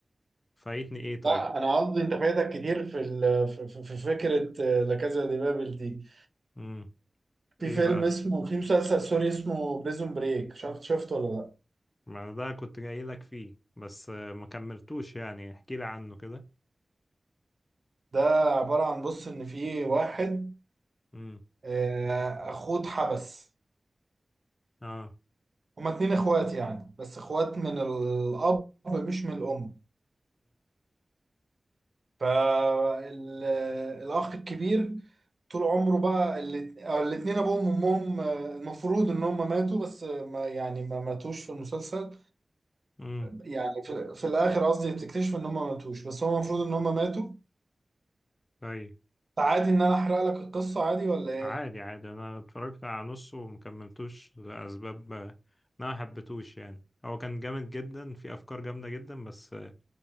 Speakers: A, on the left; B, on the right.
A: فايتني إيه طيب
B: لا انا قصدي انت فايتك كتير في ال... في في- في فكره آه، لا كازا دي بابل دي
A: مم. إيه
B: في فيلم
A: بقى
B: اسمه في مسلسل سوري اسمه بريزون بريك شفت شفته ولا لا
A: ما ده كنت جاي لك فيه بس آه، ما كملتوش يعني احكي لي عنه كده
B: ده عبارة عن بص إن في واحد
A: امم
B: آه، أخوه اتحبس
A: اه
B: هما اتنين إخوات يعني بس إخوات من الأب مش من الأم فالأخ الكبير طول عمره بقى الات- أو الاتنين أبوهم وأمهم آه، المفروض إن هما ماتوا بس آه، ما يعني ما ماتوش في المسلسل
A: امم
B: يعني في, في الآخر قصدي بتكتشف إن هما ماتوش بس هو المفروض إن هما ماتوا
A: طيب
B: عادي إن أنا أحرق لك القصة عادي ولا إيه؟
A: عادي عادي انا اتفرجت على نصه ومكملتوش لاسباب آه، إن انا محبتوش يعني هو كان جامد جدا في افكار جامده جدا بس آه،